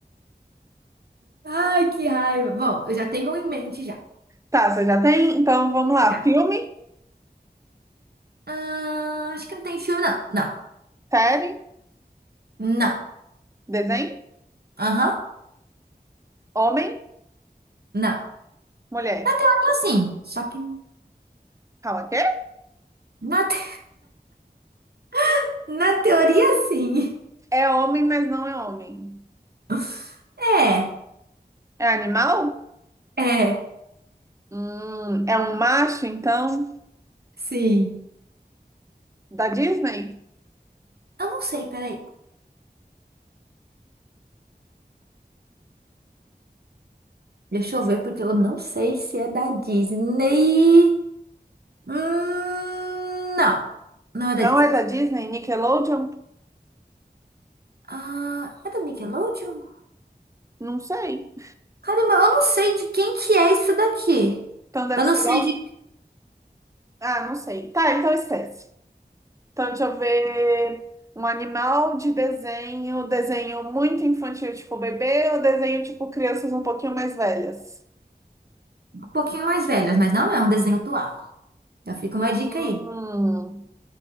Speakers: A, on the right; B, on the right.
A: Ai, que raiva. Bom, eu já tenho um em mente já.
B: Tá, você já tem? Então vamos lá.
A: Já.
B: Filme,
A: Ah, acho que não tem filme, não. Não.
B: série,
A: Não.
B: desenho,
A: Aham.
B: homem.
A: Não. Na
B: Mulher.
A: teoria, sim. Só que
B: Calma, quê?
A: na, te- <laughs> na teoria, sim.
B: É homem, mas não é homem.
A: <laughs> É.
B: É animal?
A: É.
B: Hum, é um macho, então?
A: Sim.
B: Da Disney?
A: Eu não sei, peraí. Deixa eu ver, porque eu não sei se é da Disney. Hum, não. Não é da
B: Não
A: Disney.
B: é da Disney? Nickelodeon?
A: Ah, é da Nickelodeon?
B: Não sei.
A: Caramba, eu não sei de quem que é isso daqui.
B: Então deve
A: Eu
B: ser
A: não sei
B: da...
A: de
B: Ah, não sei. Tá, então esquece. Então deixa eu ver. Um animal de desenho, desenho muito infantil, tipo bebê, ou desenho tipo crianças um pouquinho mais velhas?
A: um pouquinho mais velhas, mas não é um desenho atual. Já fica
B: Hum,
A: uma dica aí.